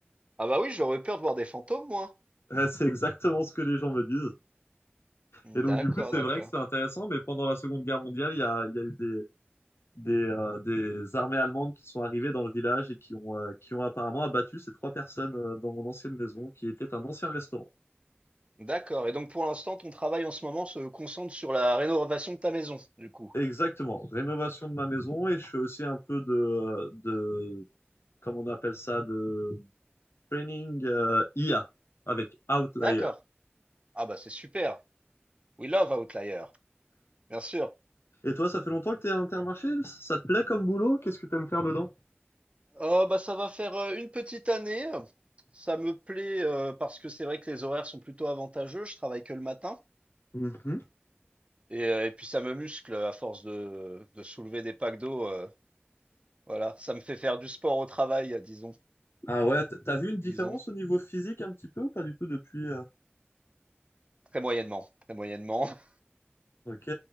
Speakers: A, on the right (about 30°); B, on the left (about 75°).
A: Ah bah oui, j'aurais peur de voir des fantômes, moi.
B: Ouais, c'est exactement ce que les gens me disent.
A: D'accord,
B: Et donc du coup, c'est
A: d'accord.
B: vrai que c'est intéressant, mais pendant la Seconde Guerre mondiale, il y a, il y a eu des, des, euh, des armées allemandes qui sont arrivées dans le village et qui ont, euh, qui ont apparemment abattu ces trois personnes euh, dans mon ancienne maison, qui était un ancien restaurant.
A: D'accord. Et donc pour l'instant, ton travail en ce moment se concentre sur la rénovation de ta maison, du coup.
B: Exactement, rénovation de ma maison et je fais aussi un peu de, de comment on appelle ça, de training euh, IA avec Outlier.
A: D'accord. Ah bah c'est super. We love Outlier. Bien sûr.
B: Et toi, ça fait longtemps que t'es à Intermarché? Ça te plaît comme boulot? Qu'est-ce que t'aimes faire dedans?
A: Oh, bah, ça va faire euh, une petite année. Ça me plaît euh, parce que c'est vrai que les horaires sont plutôt avantageux. Je travaille que le matin.
B: Mhm.
A: Et, euh, et puis ça me muscle à force de, de soulever des packs d'eau. euh, voilà, ça me fait faire du sport au travail, euh, disons.
B: Ah ouais, t- t'as vu une différence
A: Disons.
B: au niveau physique un petit peu ou pas du tout depuis euh,
A: Très moyennement. Très moyennement. <laughs>
B: Ok.